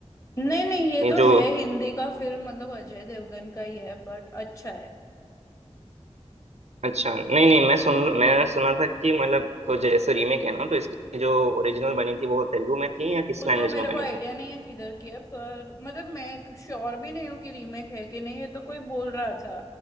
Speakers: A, on the left (about 30°); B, on the right (about 80°).
A: नहीं नहीं ये
B: ये
A: तो
B: जो
A: है हिंदी का फिल्म मतलब अजय देवगन का ही है बट अच्छा है
B: अच्छा नहीं नहीं मैं सुन मैं सुना था कि मतलब तो जैसे रीमेक है ना तो इसकी जो ओरिजिनल बनी थी वो तेलुगु में थी या किस
A: वो
B: लैंग्वेज
A: तो मेरे
B: में बनी
A: को आइडिया
B: थी
A: नहीं है किधर की है पर मतलब मैं श्योर भी नहीं हूँ कि रीमेक है कि नहीं ये तो कोई बोल रहा था